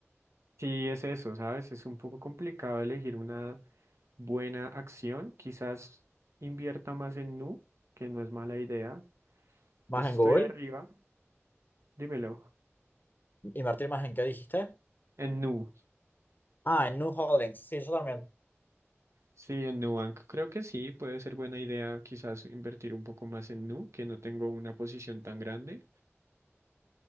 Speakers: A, on the right; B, on the left.
A: Sí, es eso, ¿sabes? Es un poco complicado elegir una buena acción. Quizás invierta más en Nu, que no es mala idea.
B: ¿Más
A: Pues
B: en
A: estoy
B: Google?
A: arriba, dímelo.
B: ¿Invertir más en qué dijiste?
A: En Nu.
B: Ah, en New Holdings. Sí, yo también.
A: Sí, en Nubank. Creo que sí, puede ser buena idea quizás invertir un poco más en Nu, que no tengo una posición tan grande.